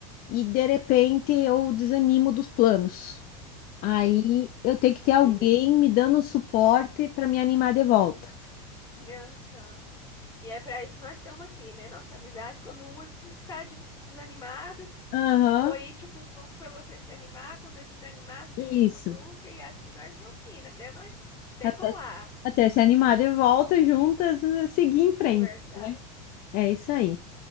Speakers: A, on the left; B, on the left.
A: e de repente eu desanimo dos planos. Aí
B: Sim,
A: eu tenho que ter alguém
B: sei bem.
A: me dando um suporte para me animar de volta.
B: Aham. E é para isso que nós estamos aqui, né? Nossa amizade, quando uma está desanimada,
A: Aham,
B: Vou ir te cutuco para você se animar. Quando eu desanimar, você
A: isso.
B: me cutuca e assim nós vamos indo até nós decolar.
A: Até, até se animar de volta juntas, né, seguir em frente,
B: Verdade.
A: né? É isso aí.